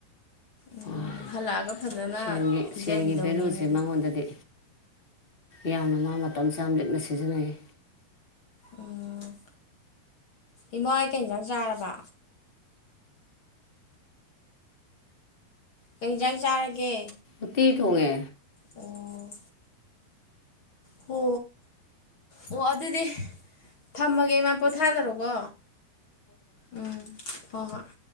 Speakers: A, on the left; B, on the left.
A: ꯎꯝ
B: ꯑꯥ
A: ꯍꯜꯂꯛꯑꯒ ꯐꯖꯅ
B: ꯁꯦꯟꯒꯤ
A: ꯄꯤꯖꯕꯤꯗꯧꯅꯤꯅꯦ
B: ꯁꯦꯟꯒꯤ ꯚꯦꯂꯨꯁꯦ
A: ꯑꯗꯨꯗꯤ
B: ꯃꯉꯣꯟꯗꯗꯤ ꯌꯥꯝꯅ ꯃꯥ ꯃꯇꯝ ꯆꯥꯅ ꯂꯤꯛꯅ ꯁꯤꯖꯤꯟꯅꯩ
A: ꯎꯝ ꯏꯃꯥꯍ‌ꫭꯏ ꯀꯩ ꯏꯪꯖꯥꯡ ꯆꯥꯔꯕ ꯀꯩ ꯍꯤꯡꯖꯥꯡ ꯆꯥꯔꯒꯦ
B: ꯎꯠꯇꯤ ꯊꫭꯡꯉꯦ
A: ꯑꯣ ꯍꯣ ꯑꯣ ꯑꯗꯨꯗꯤ ꯊꯝꯃꯒꯦ ꯏꯃꯥ ꯄꯣꯊꯥꯗꯔꯣꯀꯣ ꯎꯝ ꯍꫭ‌ꯏ ꯍꫭꯏ